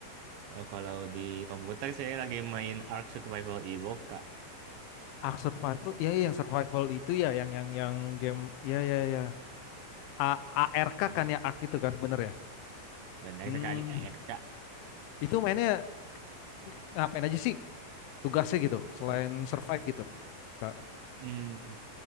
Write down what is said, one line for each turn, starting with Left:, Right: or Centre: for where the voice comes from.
Right: Oh, kalau di komputer saya lagi main Ark Survival Evolved Kak.
Left: Ark Survival ya ya, yang survival itu ya yang yang yang game ya ya ya A ARK
Right: Ya,
Left: kan ya Ark itu kan bener ya
Right: benar
Left: hmm
Right: sekali ya, ya Kak.
Left: itu mainnya ngapain aja sih tugasnya gitu
Right: Oh,
Left: selain survive gitu Kak
Right: hmm.